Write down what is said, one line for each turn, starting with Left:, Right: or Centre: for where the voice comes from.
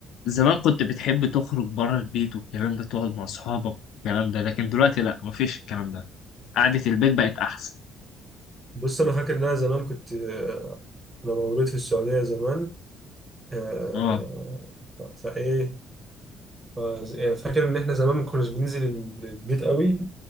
Left: زمان كنت بتحب تخرج بره البيت والكلام ده تقعد مع اصحابك والكلام ده لكن دلوقتي لا مفيش الكلام ده قعده البيت بقت احسن
Right: بص انا فاكر ان انا زمان كنت آه، انا مولود في السعودية زمان آه،
Left: اه
Right: ف- فايه ف- يعني فاكر ان احنا زمان ما كناش بننزل ال- البيت قوي